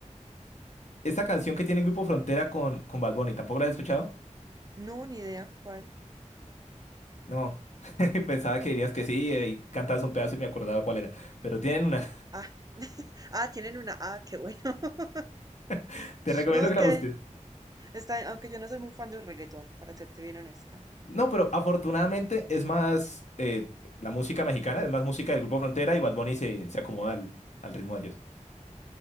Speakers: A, on the left; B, on the right.
A: Esta canción que tiene Grupo Frontera con, con Bad Bunny, ¿tampoco la has escuchado?
B: No, ni idea cuál.
A: No, <laughs> pensaba que dirías que sí, eh, y cantabas un pedazo y me acordaba cuál era, pero tienen una,
B: Ah, <laughs> ah, tienen una. Ah, qué bueno. <laughs>
A: <laughs> te recomiendo
B: No, es
A: que la
B: que
A: busques.
B: está, aunque yo no soy muy fan del reggaetón, para serte bien honesta.
A: No, pero afortunadamente es más eh, la música mexicana, es más música del Grupo Frontera y Bad Bunny se, se acomoda al, al ritmo de ellos.